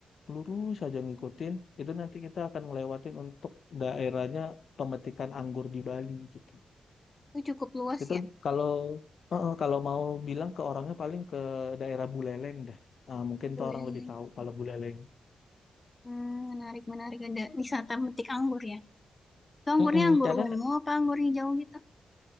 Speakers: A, on the left; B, on the left.
A: lurus aja ngikutin. Itu nanti kita akan ngelewatin untuk daerahnya pemetikan anggur di Bali gitu.
B: Itu cukup luas
A: Itu
B: ya.
A: kalau eh, kalau mau bilang ke orangnya paling ke daerah Buleleng deh. Nah, mungkin
B: Boleh.
A: tuh orang lebih tahu kalau Buleleng.
B: Hmm, menarik menarik ada wisata metik anggur ya. Itu anggurnya
A: Mm-mm,
B: anggur
A: karena
B: ungu
A: kan
B: apa anggur hijau gitu?